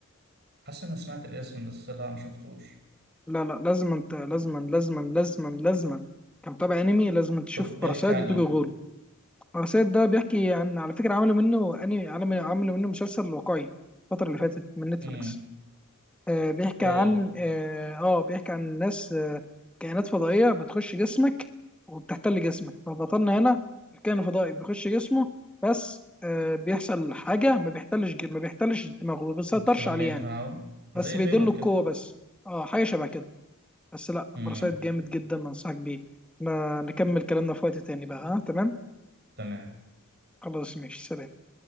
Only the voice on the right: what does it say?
حاسس اني سمعت الاسم بس لا ما شفتوش
طب بيحكي
عن
ايه
امم
اه
انت خلميت
تعاون
زي
فينوم
كده
امم
تمام